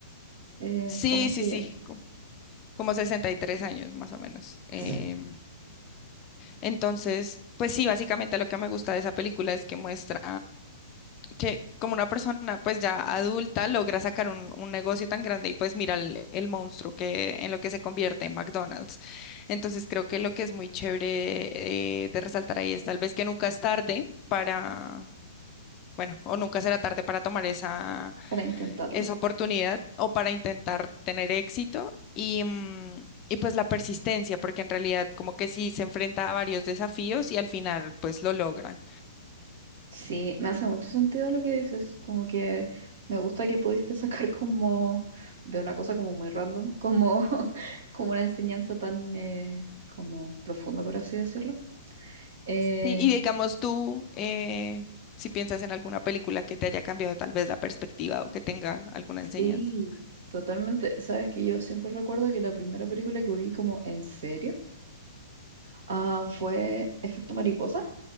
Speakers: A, on the right (about 55°); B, on the left (about 30°).
A: eh,
B: Sí,
A: famosilla
B: sí, sí, co- como 63 años más o menos. Em,
A: sí.
B: entonces, pues sí, básicamente lo que me gusta de esa película es que muestra que como una persona pues ya adulta logra sacar un, un negocio tan grande y pues mira el, el monstruo que en lo que se convierte en McDonald's. Entonces creo que lo que es muy chévere eh, de resaltar ahí es tal vez que nunca es tarde para, bueno, o nunca será tarde para tomar esa,
A: para intentarlo.
B: esa oportunidad o para intentar tener éxito y, mm, y pues la persistencia, porque en realidad como que sí se enfrenta a varios desafíos y al final pues lo logra.
A: Sí, me hace mucho sentido lo que dices, como que me gusta que pudiste <laughs> sacar como de una cosa como muy random, como, <laughs> como una enseñanza tan eh, como profunda, por así decirlo. Eh,
B: Sí, y digamos tú, eh, si piensas en alguna película que te haya cambiado tal vez la perspectiva o que tenga alguna
A: sí,
B: enseñanza.
A: totalmente. Sabes que yo siempre recuerdo que la primera película que vi como en serio ah, fue Efecto Mariposa